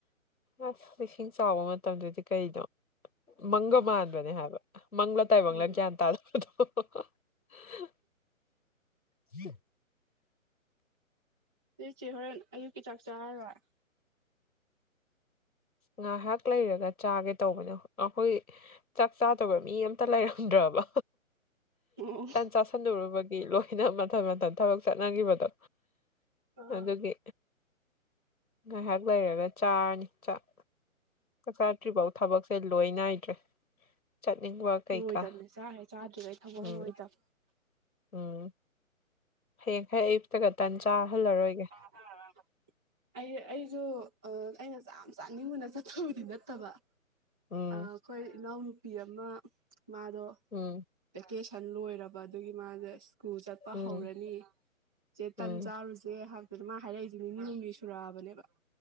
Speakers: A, on the left; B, in the centre.
A: ꯑꯁ ꯏꯁꯤꯡ ꯆꯥꯎꯕ ꯃꯇꯝꯗꯨꯗꯤ ꯀꯅꯣ꯫ ꯃꯪꯒ
B: ꯍꯣꯏ
A: ꯃꯥꯟꯕꯅꯦ ꯍꯥꯏꯕ ꯃꯪꯂ ꯇꯥꯏꯕꯪꯂ
B: ꯎꯝ
A: ꯒ꯭ꯌꯥꯟ ꯇꯥꯗꯕꯗꯣ꯫ ꯍ <unintelligible>
B: ꯅꯣꯏꯆꯦ ꯍꯣꯔꯦꯟ ꯑꯌꯨꯛꯀꯤ ꯆꯥꯛ ꯆꯥꯔꯔꯣꯏ꯫
A: ꯉꯥꯏꯍꯥꯛ ꯂꯩꯔꯒ ꯆꯥꯒꯦ ꯇꯧꯕꯅꯦ ꯍꯣꯏ꯫ ꯑꯈꯣꯏ ꯆꯥꯛ ꯆꯥꯗꯕ ꯃꯤ ꯑꯃꯇ ꯂꯩꯔꯝꯗ꯭ꯔꯕ
B: ꯎꯝ
A: ꯇꯟ ꯆꯁꯜ ꯁꯟꯔꯨꯕꯒꯤ ꯂꯣꯏꯅ ꯃꯊꯟ ꯃꯊꯟ꯫ ꯊꯕꯛ ꯆꯠꯅꯈꯤꯕꯗꯣ
B: ꯑꯣ
A: ꯑꯗꯨꯒꯤ ꯉꯥꯏꯍꯥꯛ ꯂꯩꯔꯒ ꯆꯥꯔꯅꯤ ꯆꯥꯛ ꯆꯥꯗ꯭ꯔꯤꯐꯥꯎ ꯊꯕꯛ ꯂꯣꯏ ꯅꯥꯏꯗ꯭ꯔꯦ ꯆꯠꯅꯤꯡꯕ꯫ ꯀꯩꯀꯥ
B: ꯂꯣꯏꯗꯕꯅꯦ ꯆꯥꯛ ꯍꯦꯛ ꯆꯥꯗ꯭ꯔꯤꯉꯩ ꯊꯕꯛ
A: ꯎꯝ
B: ꯂꯣꯏꯗꯕ꯫
A: ꯎꯝ ꯍꯌꯦꯡꯈꯩ ꯑꯌꯨꯛꯇꯒ ꯇꯥꯟ ꯆꯥꯍꯜꯂꯔꯣꯏꯒꯦ꯫
B: ꯑꯥ ꯑ ꯑꯩ ꯑꯩꯁꯨ ꯑ ꯑꯩꯅ ꯆꯥꯛ ꯌꯥꯝ ꯆꯥꯅꯤꯡꯕꯅ ꯆꯠꯊꯕꯗꯤ ꯅꯠꯇꯕ
A: ꯎꯝ
B: ꯑ ꯑꯈꯣꯏ ꯏꯅꯥꯎꯅꯨꯄꯤ ꯑꯃ ꯃꯥꯗꯣ
A: ꯎꯝ
B: ꯚꯦꯀꯦꯁꯟ ꯂꯣꯏꯔꯕ ꯑꯗꯨꯒꯤ ꯃꯥꯖꯦ ꯁ꯭ꯀꯨꯜ ꯆꯠꯄ
A: ꯎꯝ
B: ꯍꯧꯔꯅꯤ ꯆꯦ
A: ꯎꯝ
B: ꯇꯟ ꯆꯥꯔꯨꯁꯦ ꯍꯥꯏꯕꯗꯨꯗ ꯃꯥ ꯍꯥꯏꯔꯛꯏꯁꯦ ꯅꯤꯅꯤ ꯍꯨꯝꯅꯤ ꯁꯨꯔꯛꯑꯕꯅꯦꯕ